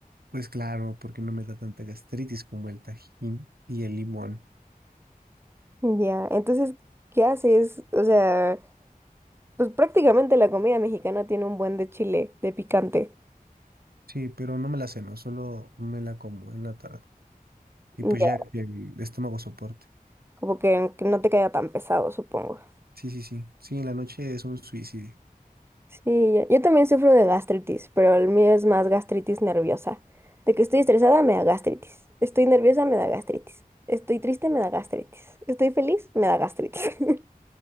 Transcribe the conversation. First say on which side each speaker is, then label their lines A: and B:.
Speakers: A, on the right; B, on the right.
A: Pues claro, porque no me da tanta gastritis como el Tajín y el limón.
B: Ya, entonces, ¿qué haces? O sea, pues prácticamente la comida mexicana tiene un buen de chile, de picante.
A: Sí, pero no me la ceno, solo me la como en la tarde. Y
B: Ya,
A: pues ya que el estómago soporte.
B: como que, que no te caiga tan pesado, supongo.
A: Sí, sí, sí. Sí, en la noche es un suicidio.
B: Sí, yo, yo también sufro de gastritis, pero el mío es más gastritis nerviosa. De que estoy estresada me da gastritis. Estoy nerviosa me da gastritis. Estoy triste me da gastritis. Estoy feliz me da gastritis. <laughs>